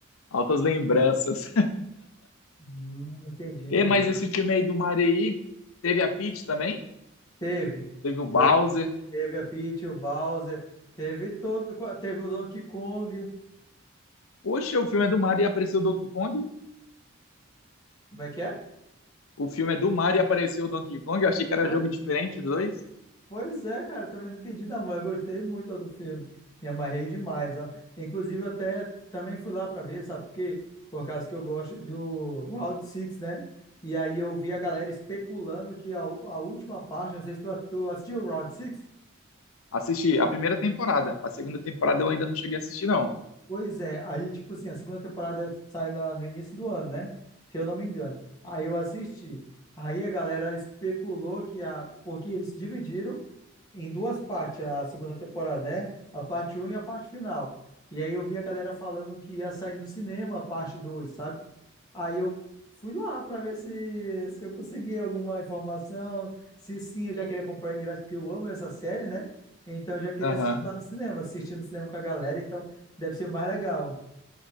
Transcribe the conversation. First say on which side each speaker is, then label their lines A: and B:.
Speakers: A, on the left; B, on the left.
A: Altas lembranças.
B: hum, entendi,
A: <laughs>
B: entendi.
A: E, mas esse time aí do Mario aí, teve a Peach também?
B: Teve,
A: Teve o Bowser.
B: teve, teve a Peach, o Bowser, teve todo, teve o Donkey Kong.
A: Poxa, o filme é do Mario e apareceu o Donkey Kong?
B: Como é que é?
A: O filme é do Mario e apareceu o Donkey Kong? Eu achei que era
B: Pois,
A: jogo diferente, os dois.
B: pois é, cara, também não entendi não, mas gostei muito ó, do filme. Me amarrei demais, ó. Inclusive, eu até também fui lá pra ver, sabe por quê? Por causa que eu gosto do Round Six né? E aí eu vi a galera especulando que a, a última parte, não sei se tu, tu assistiu o Round Six
A: Assisti a primeira temporada. A segunda temporada eu ainda não cheguei a assistir, não.
B: Pois é, aí, tipo assim, a segunda temporada sai na- no início do ano, né? Se eu não me engano. Aí eu assisti. Aí a galera especulou que a, porque eles dividiram. em duas partes a segunda temporada, né? A parte um e a parte final. E aí eu vi a galera falando que ia sair no cinema a parte 2, sabe? Aí eu fui lá pra ver se, se eu conseguia alguma informação. Se sim, eu já queria comprar o ingresso, porque eu amo essa série, né? Então eu já queria
A: Aham.
B: assistir lá no cinema, assistir no cinema com a galera, então deve ser mais legal.